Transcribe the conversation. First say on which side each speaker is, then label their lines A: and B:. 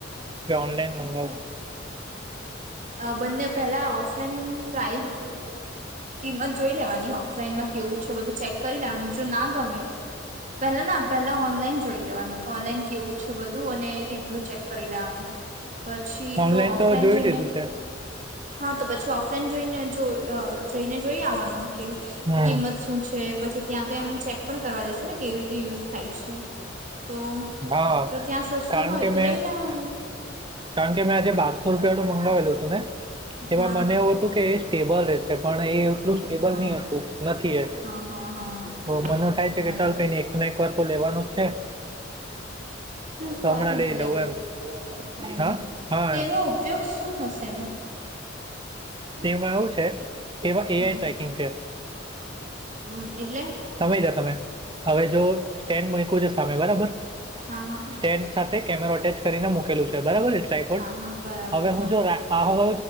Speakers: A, on the right (about 25°); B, on the right (about 40°).
A: કે ઓનલાઈન મંગાવ.
B: બંને પેલા ઓફલાઈન એમ પ્રાઇઝ. કિંમત જોઈ લેવાની ઓફલાઈનમાં કેવું છે બધું ચેક કરી લેવાનું જો ના ગમે. પેલા ના પેલા ઓનલાઈન જોઈ લેવાનું કે ઓનલાઈન કેવું છે બધું અને રિવ્યુ ચેક કરી લેવાનું. પછી
A: ઓનલાઈન
B: તો ઓફલાઈન
A: જોઈ
B: જોઈને
A: લીધું છે
B: હા તો પછી ઓફલાઈન. જઈને જો અ. જઈને જોઈ આવવાનું કે
A: હમ
B: કિંમત શું છે પછી ત્યાં તો એમ ચેક પણ કરવા દેશે ને કેવી રીતે. યુઝ થાય છે તો
A: હા,
B: જો ત્યાં સસ્તું
A: કારણ
B: હોય
A: કે
B: તો
A: મેં
B: લઈ લેવાનું.
A: કારણ કે મેં આજે બારસો રૂપિયાનું મંગાવેલું હતું ને. તેમાં
B: હા.
A: મને એવું હતું કે એ સ્ટેબલ રહેશે પણ એ. એટલું સ્ટેબલ
B: હા
A: નહી હતું નથી એ
B: હા હા હા
A: તો મને થાય છે
B: બરાબર
A: કે ચાલ કઈને એક ના એક વાર તો લેવા. વાનું છે.
B: હ સારું
A: તો હમણાં લઈ
B: જ લેવું
A: લઉં એમ.
B: હમ
A: હા,
B: હમ
A: હા,
B: તે એનો ઉપયોગ શું થશે એમ.
A: તેમાં આવું છે એમાં એઆઈ
B: હમ
A: ટ્રેકિંગ છે.
B: હમ એટલે.
A: સમયજા તમે. હવે જો સ્ટેન્ડ મુયકુ છે સામે બરાબર.
B: હા હા.
A: સ્ટેન્ડ સાથે કેમેરો અટેચ કરીને મુકેલું છે બરાબર ટ્રાયપોડ
B: હા હા બરાબર
A: હવે
B: હા
A: હું જો રા પાવ